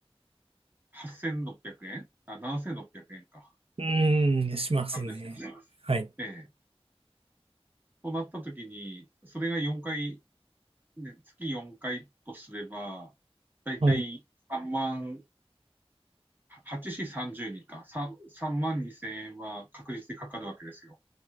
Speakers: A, on the right; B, on the right.
A: 8600円あ、7600円か、
B: うーん、しますね。
A: なんですよね。
B: はい、
A: ええとなった時に、それが4回、ね、月4回とすれば、だいたい3万
B: はい、
A: 8市30人か、3, 三万2千円は確実にかかるわけですよ。